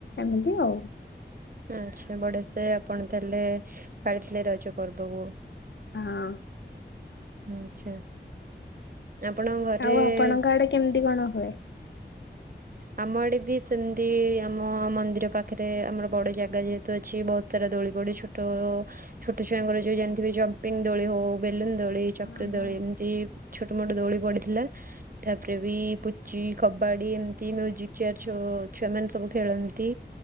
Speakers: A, on the left; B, on the right.
A: ଏମିତି ଆଉ।
B: ଆଚ୍ଛା ବଢିଆ ସେ ଆପଣ ତାହେଲେ ପାଳିଥିଲେ ରଜ ପର୍ବକୁ।
A: ହଁ।
B: ଆଛା ଆପଣଙ୍କ ଘରେ-ଏ-ଏ
A: ଆଉ ଆପଣଙ୍କ ଆଡେ କେମିତି କଣ ହୁଏ?
B: ଆମ ଆଡେ ବି ସେମିତି-ଇ-ଇ ଆମ ମନ୍ଦିର ପାଖରେ ଆମର ବଡ ଜାଗା ଯେହେତୁ ଅଛି ବହୁତ ସାରା ଦୋଳି ଗୋଟେ ଛୋଟ-ଅ-ଅ ଛୋଟ ଛୁଆଙ୍କର ଯୋଉ ଜାଣିଥିବେ ଜପିଙ୍ଗ ଦୋଳି ହଉ ବେଲୁନ ଦୋଳି ଚକ୍ରି
A: ହଁ ହଁ।
B: ଦୋଳି ଏମତି। ଛୋଟ ମୋଟ ଦୋଳି ପଡିଥିଲା। ତାପରେ ବି ପୁଚି, କବାଡି ଏମ ଦି ମ୍ୟୁଜିକ ଚେୟାର ଛୋ ଛୁଆ ମାନେ ସବୁ ଖେଳନ୍ତି।